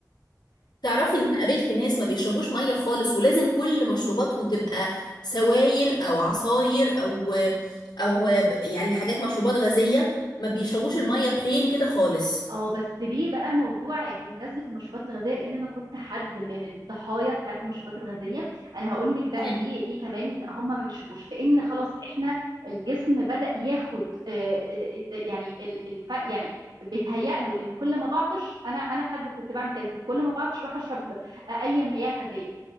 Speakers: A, on the left; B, on the right.
A: تعرفي ان انا قابلت ناس ما بيشربوش ميه خالص ولازم كل مشروباتهم تبقى سوائل او عصاير او او يعني حاجات مشروبات غازيه ما بيشربوش الميه بلين كده خالص
B: اه بس ليه بقى موضوع بمناسبة المشروبات الغازية لأن أنا كنت حد من الضحايا بتاعة المشروبات الغازية أنا هقول لك بقى
A: امم
B: ليه ليه كمان هم ما بيشربوش لأن خلاص إحنا الجسم بدأ ياخد آه، آه، آه، يعني ال- الف يعني بيتهيأ له إن كل ما بعطش أنا أنا حد كنت بعمل كده كنت كل ما بعطش أروح أشرب آه، أي مياه غازية